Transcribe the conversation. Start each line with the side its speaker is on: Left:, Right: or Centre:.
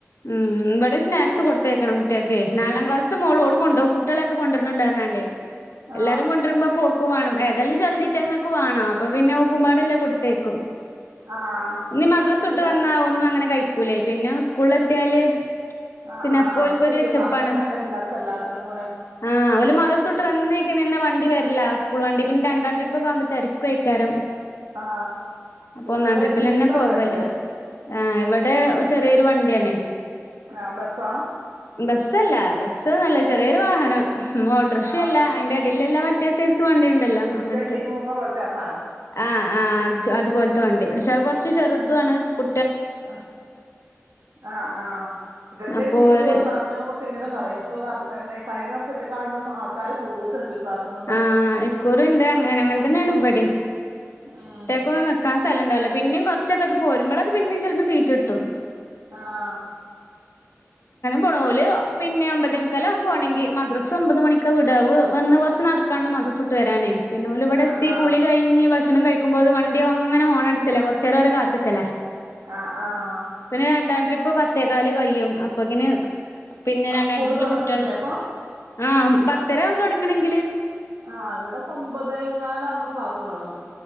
Left: ഉം ഇവിടെ സ്നാക്സ് കൊടുത്തേക്കണം കുട്ടിയൊക്ക് നാലാം ക്ലാസ്സത്തെ മോളോള കൊണ്ടുപകും കുട്ടികളൊക്കെ കൊണ്ടുവരണ്ട്രണണ്ട്േ എല്ലാരും
Right: ആ
Left: കൊണ്ടരുമ്പോ പോ ക്ക് വേണം ഏതായാലും ചെറുതിട്ട് അങ്ങക്ക് വേണം അപ്പൊ പിന്നെ ഓക്കുമ്പാടല്ലേ കൊടുത്തേക്കും
Right: ആ
Left: ഇനി മദ്രസ
Right: ഇവിടെ
Left: ഇട്ട് വന്നാ ഒന്നും അങ്ങനെ കഴിക്ക കുല പിന്നെ സുകൂളെതിയാല്
Right: ആ
Left: പിന്നെ
Right: ആ
Left: അപ്പോക്ക്
Right: അത് ശരിയാ
Left: ഒരു വിശപ്പാണ്
Right: സമയം വേണ്ടേ പിള്ളേർക്ക് എല്ലാത്തിനും കൂടെ
Left: ആഹ ഒരു മതസൂട്ട് വന്നേക്കന്നെ വണ്ടി വരില്ല സ്കൂൾ വണ്ടി പിന്നെ രണ്ടാം ട്രിപ്പ്ക്കെകുമ്പോ തിരക്ക കഴക്കാരം
Right: ആ
Left: അപ്പൊ
Right: ഇവിടെ
Left: ഒന്നാം ട്രിപ്പിൽ
Right: ജീപ്പാ
Left: തന്നെ പോവല്ലേ
Right: വരല്
Left: ആ ഇവിടെ ചെറിയ രു വ ണ്ടി ആണ്
Right: ആഹ് ബസ്സാ
Left: ബസ്സല്ല ബസ് സ്ന്നല്ല ചെറിയൊരു വാഹനം മോട്ടർഷ്യല്ല
Right: ആ
Left: ഐന്റെ ടല്ള്ള ആമറ്റേ സൈസ് വണ്ടിണ്ടല്ലോ അങ്ങൻത്തെ
Right: വെള്ളിമൂങ്ങ പോലത്തെ ആ സാധനം
Left: ആഹ് ആഹ് അത്പോൽത്തെ വണ്ടി പക്ഷെ അത് കൊർച്ച് ചെറുതുആണ് കു
Right: അ ആ ആ ഓക്കെ ഇവന്റേ
Left: അപ്പൊ
Right: ജീപ്പ്
Left: ഓര്
Right: നർഞ്ഞൂന്നൊക്കെങ്ങനെ പറയും ഇപ്പം നർ നെ കഴിഞ്ഞ വർഷത്തെക്കാളും ആൾക്കാര് കൂടീട്ടുണ്ട് ഇപ്രാവശ്യം
Left: ആ എക്കോറിയണ്ട് അങ്ങനെ അങ്ങൻതന്നേണ് ഇവടിം
Right: ഉം
Left: ഏക്കോ നിക്കാൻ സ്ഥലംണ്ടാവില്ല പിന്നിം കൊർച്ചൊക്കെ പോരുമ്പളക്കെ പിന്നിം ചെൽപ്പം സീറ്റ്ട്ടും
Right: ആഹ്
Left: പോണോല് പിന്നെ ഒമ്പതെമുക്കാലാവും പോണെങ്കി മദ്രസ് ഒമ്പത് മണിക്ക വിടാ വ് വന്ന് കൊറച്ച് നട് കണ്ട മദ്രസൂട്ട് വരാനേ പിന്നെ ഓല് വടെത്തി
Right: ആഹ് ആഹ്
Left: കുളി കഴിഞ്ഞ് ഭക്ഷ ഭക്ഷണം കഴിക്കുമ്പോത്തിന് വണ്ടി അങ്ങനെ ഹോണടിച്ചല്ലേ കൊർച്ചേരം ഓല് കാത്ത്ക്കല്ലേ
Right: ആഹ് ആഹ്
Left: പിന്നെ രണ്ടാം ട്രിപ്പ് പ ത്തേകാല് കയ്യും അപ്പൊക്കിന് പിന്നെ
Right: അപ്പൊ
Left: രണ്ടാം
Right: സ്കൂള്
Left: ട്രിപ്പില്
Right: തുടങ്ങത്തില്ലേ
Left: കുട്ട്യാൾ
Right: അപ്പൊ
Left: ആ ബത്തരാവും തൊ എങ്ങനെങ്കില്
Right: ആ ഇവിടപ്പം ഒമ്പതേകാലവുമ്പോ ക്ലാസ് തൊടങ്ങും